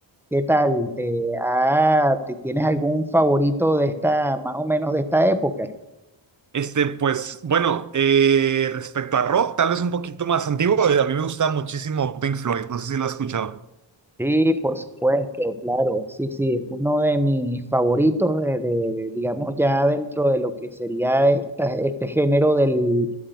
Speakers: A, in the centre; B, on the right (about 40°).
A: ¿Qué tal? ¿Te, ah, te- tienes algún favorito de esta, más o menos de esta época?
B: Este, pues bueno, eh, respecto a rock, tal vez un poquito más antiguo, eh, a mí me gusta muchísimo Pink Floyd, no sé si lo has escuchado.
A: Sí, por supuesto, claro, sí, sí, es uno de mis favoritos de, de, digamos, ya dentro de lo que sería esta- este género del,